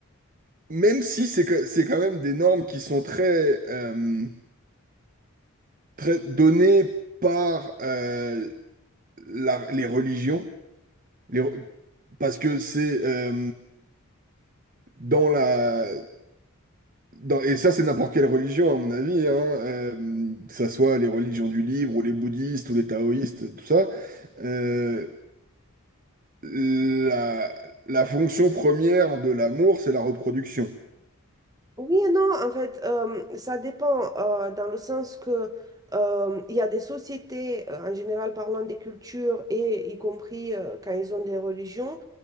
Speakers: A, on the right; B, on the right.
A: même si c'est que- c'est quand même des normes qui sont très, euh, très données par euh, la- les religions, les re- parce que c'est... euh, dans la Dans- et ça, c'est n'importe quelle religion, à mon avis, hein, euh, que ça soit les religions du livre, ou les bouddhistes, ou les taoïstes, tout ça. euh, la, la fonction première de l'amour, c'est la reproduction.
B: Oui et non, en fait, euh, ça dépend euh, dans le sens que euh, il y a des sociétés, euh, en général parlant des cultures et y compris euh, quand ils ont des religions,